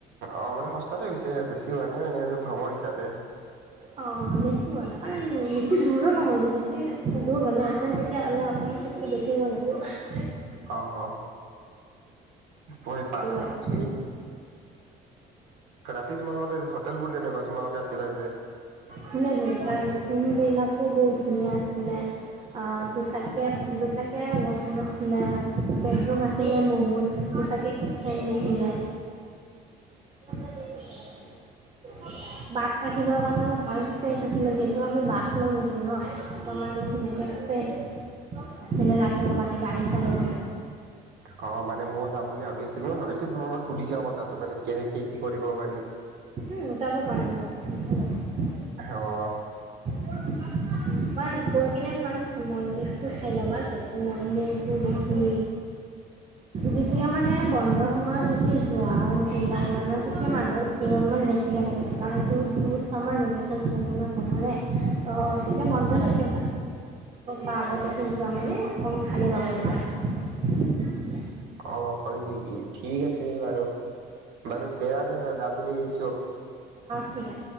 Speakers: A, on the right; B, on the right.
A: অ মানে সস্তাতে হৈছে বেছি হোৱা নাই মানে যে ভ্ৰমণ হিচাপে।
B: অ নেচো ম নাই কাৰণ বেছি দূৰো নহয় য যদি। দূৰ হ'লে এ তেতিয়া অ। ক পছটো বেছি হ'ল ন।
A: আহ। প
B: সেইটো
A: পাঁচ হাজাৰ
B: কাৰণে
A: টকান। ৰাতি তোমালোকৰ হোটেল বোৰ কেনেকুৱা তোমালোকে আছিলা যে।
B: ধুনীয়া ধুনীয়া ত ফ্মবিলাকো বহুত ধুনীয়া আছিলে। অ দুটাকে দুটাকে। ৱাশৰুম আছিলে বেডৰুম আছিলে বহুত দুটাকে কিটচেন দিছিলে। বাছ ৰাখিবৰ কাৰণেও। ভাল স্পেচ আছিলে যিহেতু আমি বাছ লৈ গৈছোঁ ন তাৰমানে ধুনীয়াকৈ স্পেচ। আছিলে ৰা। চবৰ কাৰণে গানী চালো কৰি'।
A: অ মানে ময়ও যাম বুলি ভাবি আছিলো ভাবিছো তোমাৰ লগত। সুধিছা কথাটো মানে কেনেকে কি কৰিব পাৰি।
B: উম যাব পাৰে যাব পাৰে।
A: আহ
B: হয় মই গৈ কেনে ফাৰ্ষ্ট। মন্দিৰটো চাই ল'বা যিহেতু মন্দিৰটো বেছি যেতিয়া মানে বন্ধৰ সময়ত যেতিয়া যোৱা জুলাই মানত তেতিয়া মানুহৰ। কিৰণমান বেছিকৈ নাকে কাৰণটো টো বস্চ আমাৰ ভেকেশ্যন চলে না চমৰে ত' তেতিয়া মনধ থে বা আগতুপি যোৱা মানে অকণমান খালী পাব পাৰে।
A: অ হয় নেকি ঠিক আছে বাৰু। বাৰু তেয়া ন নহ'লে আজিলৈ এৰিছো।
B: অ ঠিক আ।